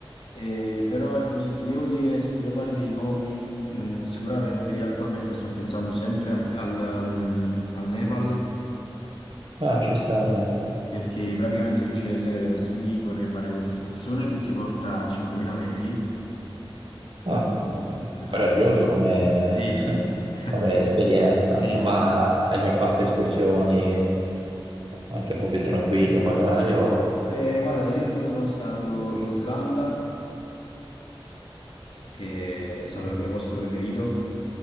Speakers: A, on the left; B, on the right.
A: Eh, però ecco, se ti devo dire, se ti devo fare dei nomi, mh, sicuramente io attualmente sto pensando sempre al, al, mm, al Nepal
B: Ah, ci sta. Neco.
A: perché praticamente lì c'è l'Everest, quindi vorrei fare questa escursione che ti porta a 5.000 metri.
B: Ah,
A: Mm, mm, esatto.
B: coraggioso come,
A: Sì,
B: <laughs>
A: <laughs>
B: come esperienza,
A: sì.
B: ma
A: Ma-
B: hai già fatto escursioni anche un po' più tranquille magari o...
A: eh, guarda, io tipo sono stato in Islanda, che è stato
B: Eh,
A: il mio posto preferito.